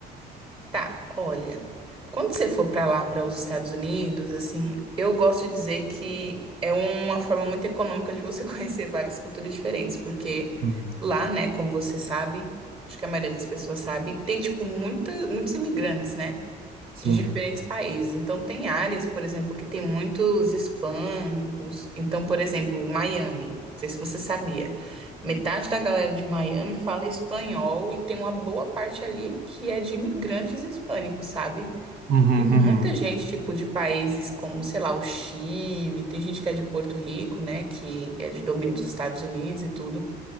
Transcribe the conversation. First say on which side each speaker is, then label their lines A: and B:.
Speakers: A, on the right (about 35°); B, on the right (about 65°).
A: Tá, olha. Quando você for pra lá, para os Estados Unidos, assim, eu gosto de dizer que é uma forma muito econômica de você <laughs> conhecer várias culturas diferentes, porque
B: Uhum.
A: lá, né, como você sabe, acho que a maioria das pessoas sabe, tem tipo muita, muitos imigrantes, né?
B: Sim.
A: de diferentes países. Então, tem áreas, por exemplo, que tem muitos hispanos. Então, por exemplo, Miami. Não sei se você sabia. Metade da galera de Miami fala espanhol e tem uma boa parte ali que é de imigrantes hispânicos, sabe?
B: Uhum,
A: Tem muita
B: uhum.
A: gente, tipo, de países como, sei lá, o Chile, tem gente que é de Porto Rico, né, que é de domínio dos Estados Unidos e tudo